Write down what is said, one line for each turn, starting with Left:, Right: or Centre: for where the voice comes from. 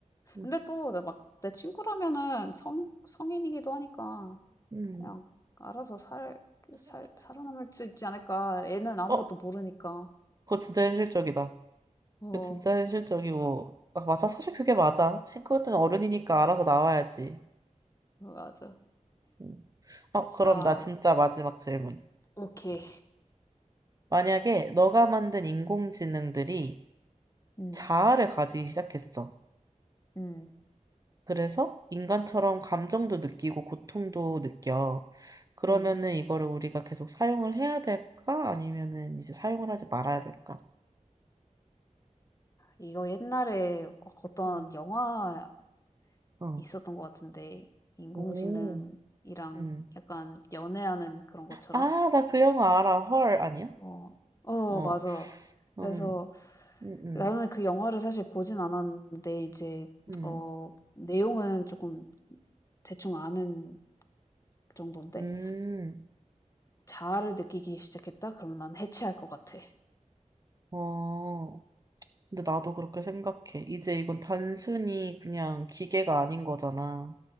Right: 음.
Left: 근데 또 내 막 내 친구라면은 성 성인이기도 하니까
Right: 음.
Left: 그냥 알아서 살 그 살 살아남을 수 있지 않을까. 애는 아무것도
Right: 어,
Left: 모르니까.
Right: 그거 진짜 현실적이다.
Left: 어.
Right: 그거 진짜 현실적이고. 아, 맞아. 사실 그게 맞아. 친구들은 어른이니까 알아서 나와야지.
Left: 맞아.
Right: 음. 어, 그럼
Left: 아.
Right: 나 진짜 마지막 질문.
Left: 오케이.
Right: 만약에 너가 만든 인공지능들이
Left: 음,
Right: 자아를 가지기 시작했어.
Left: 음,
Right: 그래서 인간처럼 감정도 느끼고 고통도 느껴. 그러면은
Left: 음.
Right: 이거를 우리가 계속 사용을 해야 될까? 아니면은 이제 사용을 하지 말아야 될까?
Left: 이거 옛날에 어떤
Right: 음.
Left: 영화
Right: 어.
Left: 있었던 것 같은데, 인공지능이랑
Right: 오. 음.
Left: 약간 연애하는 그런 것처럼?
Right: 아, 나 그 영화 알아. 헐, 아니야?
Left: 어, 어,
Right: 어.
Left: 맞아. 그래서
Right: 음, 음, 음,
Left: 나는 그 영화를 사실 보진 않았는데, 이제,
Right: 음,
Left: 어, 내용은 조금 대충 아는 정도인데,
Right: 음,
Left: 자아를 느끼기 시작했다? 그러면 난 해체할 것 같아.
Right: 어. 근데 나도 그렇게 생각해. 이제 이건 단순히 그냥 기계가 아닌 거잖아.